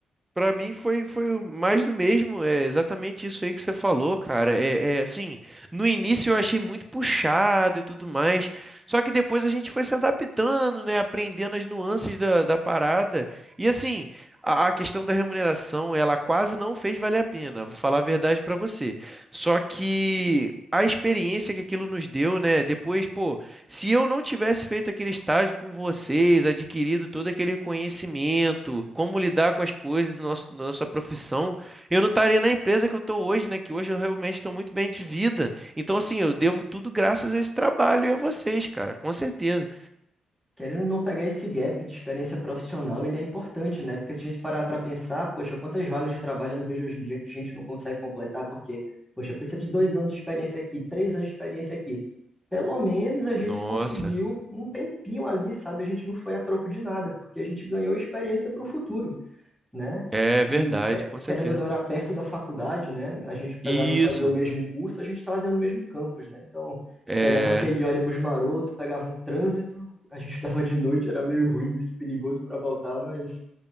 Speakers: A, on the right; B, in the centre.
A: Pra mim foi, foi o mais do mesmo. É exatamente isso aí que você falou, cara. É, é assim, no início eu achei muito puxado e tudo mais. Só que depois a gente foi se adaptando, né? Aprendendo as nuances da, da parada. E assim, a, a questão da remuneração, ela quase não fez valer a pena. Vou falar a verdade pra você. Só que a experiência que aquilo nos deu, né? Depois, pô. Se eu não tivesse feito aquele estágio com vocês, adquirido todo aquele conhecimento, como lidar com as coisas do nosso, da nossa profissão, eu não estaria na empresa que eu estou hoje, né? Que hoje eu realmente estou muito bem de vida. Então, assim, eu devo tudo graças a esse trabalho e a vocês, cara, com certeza.
B: Querendo ou não pegar esse gap de experiência profissional, ele é importante, né? Porque se a gente parar para pensar, poxa, quantas vagas de trabalho eu não vejo hoje em dia que a gente não consegue completar, porque, poxa, precisa de dois anos de experiência aqui, três anos de experiência aqui. Pelo menos a
A: Nossa,
B: gente conseguiu um tempinho ali, sabe? A gente não foi a troco de nada, porque a gente ganhou experiência para o futuro né?
A: é
B: E
A: verdade,
B: que-
A: com certeza.
B: querendo ou não, era perto da faculdade, né? A gente, apesar
A: Isso,
B: de não fazer o mesmo curso, a gente estava fazendo o mesmo campus, né? Então,
A: é.
B: pegava aquele ônibus maroto, pegava um trânsito, a gente <laughs> estudava de noite, era meio ruim, isso, perigoso para voltar, mas